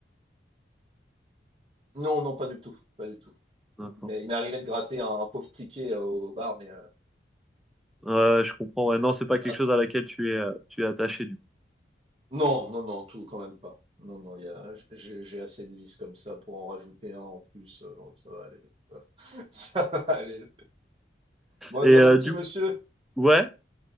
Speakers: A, on the right; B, in the centre.
A: Non, non, pas du tout, pas du tout.
B: D'accord.
A: Mais il m'est arrivé de gratter un, un pauvre ticket euh, au bar, mais euh,
B: Ouais, je comprends. Ouais, non, c'est pas quelque
A: ah,
B: chose à laquelle tu es, euh, tu es attaché du. coup.
A: non, non, non, tout quand même pas. Non, non, il y a, j'ai, j'ai assez de vis comme ça pour en rajouter un en plus. euh, oh, ça va aller. <laughs> Ça va aller. Bon,
B: Et
A: eh bien,
B: euh,
A: mon petit
B: du,
A: monsieur,
B: ouais.